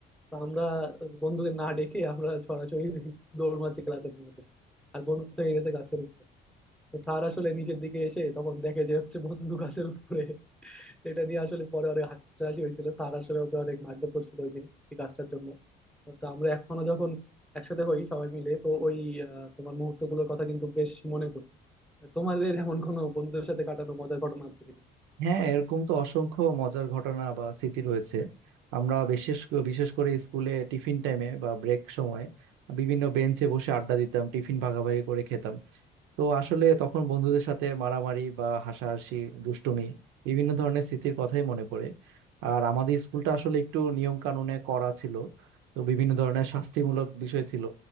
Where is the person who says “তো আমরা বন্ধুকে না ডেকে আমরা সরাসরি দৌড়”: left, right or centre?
Centre